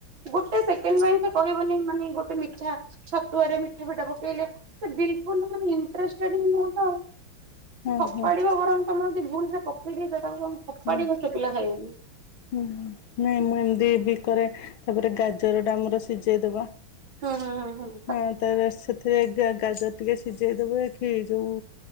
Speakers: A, on the right; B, on the left.
A: ଗୋଟେ ସେକେଣ୍ଡ ପାଇଁ ସେ କହିବନି ମାନେ ଗୋଟେ ମିଠା ଛ ତୁଆରେ ମିଠା ଫିଠା ପକେଇଲେସେ ବିଲକୁଲ୍ ମାନେ ଇଣ୍ଟରେଷ୍ଟେଡ ହୁଆନ୍ତା।
B: ହଁ
A: ଫପାଡିବ
B: ହଁ
A: ବରଂ ତମର ଯଦି ଭୁଲ ସେ ପକେଇଦି ସେ ତାକୁ କଣ ଫପାଡିବ
B: ହଁ।
A: ସେପିଲା ଖାଇବନି।
B: ହୁଁ, ନାଇଁ ମୁଁ ଏମିତି ଦି ପରେ ତାପରେ ଗାଜର ଟା ଆମର ସିଝେଇଦବା।
A: ହଁ ହଁ ହଁ ହଁ।
B: ହଁ, ତାର ସେଥିରେ ଗାଜର ଟିକେ ସିଝେଇଦବେ କି ଯୋଉ